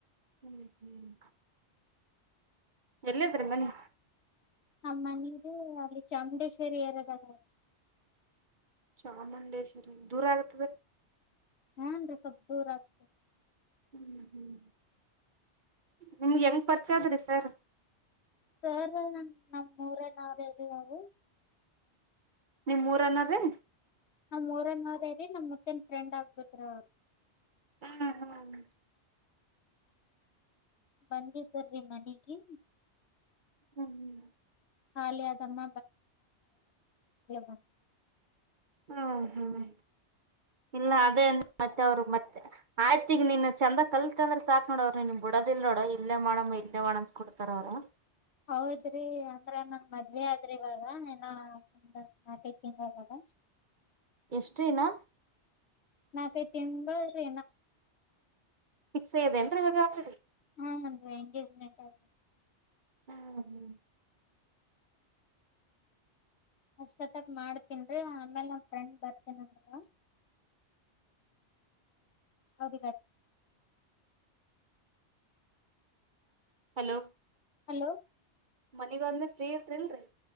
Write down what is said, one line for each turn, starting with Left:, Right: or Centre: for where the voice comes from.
Right: ಹ್ಮ್ ಹ್ಮ್ ಎಲ್ಲಿದ್ರ ಮನಿ.
Left: ಆ ಮನದು ಅಲ್ಲಿ ಚಾಮುಂಡೇಶ್ವರಿ ಏರಿಯಾದಲ್ಲಿ.
Right: ಚಾಮುಂಡೇಶ್ವರಿ ದೂರ ಆಗ್ತದ.
Left: ಹುನ್ರಿ ಸ್ವಲ್ಪ ದೂರ ಆಗ್ತದ.
Right: ಹ್ಮ್ ಹ್ಮ್ ನಿಮ್ಗೆ ಹೆಂಗ್ ಪರಿಚಯ ಸರ್
Left: ಸರ್ ನಮ್ಮ ಊರ ನಾವ್ರ ಅವ್ರು.
Right: ನಿಮ್ ಊರನವರೇ.
Left: ನಮ್ ಊರಿನವರೇ ರೀ ನಮ್ಮ ಮುತ್ತಿನ ಫ್ರೆಂಡ್ ಹಾಗಿಬೇಕ್ರಿ ಅವ್ರು.
Right: ಹ್ಮ್ ಹ್ಮ್
Left: ಬಂದಿದ್ದರೀ ಮನೆಗೆ.
Right: ಹ್ಮ್ ಹ್ಮ್
Left: ಖಾಲಿ ಆದಮ್ಮ <unintelligible>
Right: ಹ್ಮ ಹ್ಮ್ ಇಲ್ಲ ಅದೇ ಮತ್ತೆ ಅವ್ರು ಮತ್ತೆ. ಆಯ್ತಿಗ ನೀನ್ ಚಂದಾಗ ಕಲ್ತತ್ಂದ್ರ ಸಾಕ್ ನೋಡ ಅವ್ರು ನಿನ್ಗ್ ಬಿಡದಿಲ್ ನೋಡ ಇಲ್ಲೇ ಮಾಡಮ್ಮ. ಕೊಡ್ತಾರ ಅವ್ರು.
Left: ಹೌದ್ರಿ ಅಂದ್ರ ನನ್ ಮದ್ವೆ ಆದ್ರಿ ಇವಾಗ ಏನ. <unintelligible>
Right: ಎಷ್ಟೇನಾ.
Left: ನಾಲ್ಕು ಐದು ತಿಂಗಳು.
Right: ಫಕ್ಸ್ ಅ್ಯದೇನ್ರಿ ಇವ್ರರಿ.
Left: ಹಾ ಅಂದ್ರೆ ಎಂಗೇಜ್ಮೆಂಟ್ ಆಗೆ.
Right: ಹ್ಮ ಹ್ಮ
Left: ಅಷ್ಟೊತ್ತಗ್ ಮಾಡ್ತನ್ರೀ ಆಮೇಲ್ ನಮ ಫ್ರೆಂಡ್ ಬರ್ತನ ಅಂದಾಗ ಹೌದ.
Right: ಹಲೋ
Left: ಹಲೋ
Right: ಮನೆಗೆ ಹೋದ್ಮೇಲೆ ಫ್ರೀ ಇರ್ತ್ರಿಲ್ರರಿ.